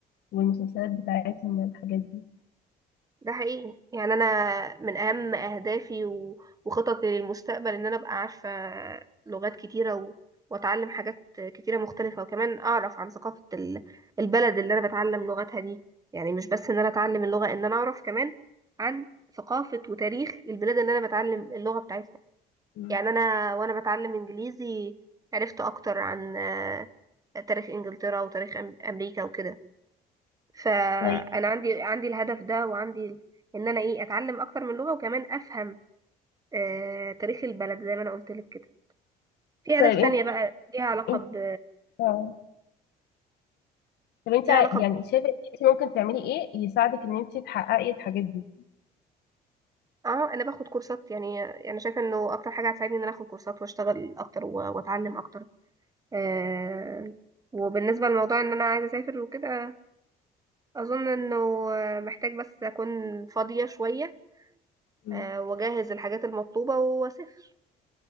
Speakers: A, on the left; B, on the right.
A: والمسلسلات بتاعتهم والحاجات دي
B: ده حقيقي يعني انا من اهم اهدافي و- وخططي للمستقبل ان انا ابقى عارفه لغات كتيره و... واتعلم حاجات كتيره مختلفه وكمان اعرف عن ثقافه ال- البلد اللي انا بتعلم لغتها دي يعني مش بس ان انا اتعلم اللغه ان انا اعرف كمان عن ثقافه وتاريخ البلاد اللي انا بتعلم اللغه بتاعتها
A: مم.
B: يعني انا وانا بتعلم انجليزي عرفت اكتر عن آه، تاريخ انجلترا وتاريخ أم- امريكا وكده فانا
A: طيب
B: عندي عندي الهدف ده وعندي ال- ان انا ايه اتعلم اكتر من لغه وكمان افهم آه تاريخ البلد زي ما انا قلت لك كده في اهداف
A: طيب
B: تانية
A: انت
B: بقى ليها علاقه
A: انت
B: ب
A: اه طب انت
B: ليها
A: ع-
B: علاقه
A: يعني
B: ب...
A: شايفة انت ممكن تعملي ايه يساعدك ان انت تحققي الحاجات دي
B: اه انا باخد كورسات يعني انا شايفه انه اكتر حاجه هتساعدني ان انا اخد كورسات واشتغل اكتر و... واتعلم اكتر آه وبالنسبه لموضوع ان انا عايزه اسافر وكده اظن انه محتاج بس اكون فاضيه شويه
A: مم.
B: آه واجهز الحاجات المطلوبه واسافر